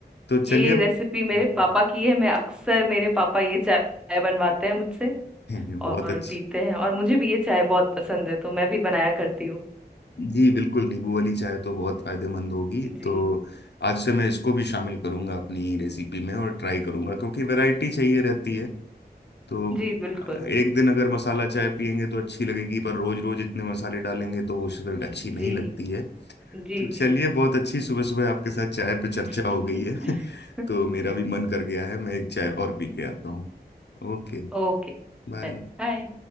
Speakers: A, on the left (about 75°); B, in the centre.
A: तो चलिए
B: ये
A: हम्म,
B: रेसिपी मेरे पापा की है मैं अक्सर मेरे पापा ये चाय बनवाते हैं मुझसे
A: <laughs> बहुत
B: और
A: अच्छा
B: पीते हैं और मुझे भी ये चाय बहुत पसंद है तो मैं भी बनाया करती हूँ
A: जी बिल्कुल नींबू वाली चाय तो बहुत फायदेमंद होगी
B: जी जी
A: तो आज से मैं इसको भी शामिल करूंगा अपनी रेसिपी में और ट्राई करूंगा क्योंकि वैरायटी चाहिए रहती है तो
B: जी बिल्कुल
A: अ, एक दिन अगर मसाला चाय पियेंगे तो अच्छी लगेगी पर रोज रोज इतने मसाले डालेंगे तो वो फिर अच्छी नहीं
B: जी
A: लगती है
B: जी
A: तो चलिए
B: जी जी
A: बहुत अच्छी सुबह सुबह आपके साथ चाय पे चर्चा हो
B: <laughs>
A: गई है <laughs> तो मेरा भी मन कर गया है मैं एक चाय और पी के आता हूँ ओके
B: ओके
A: बाय
B: चलिए बाय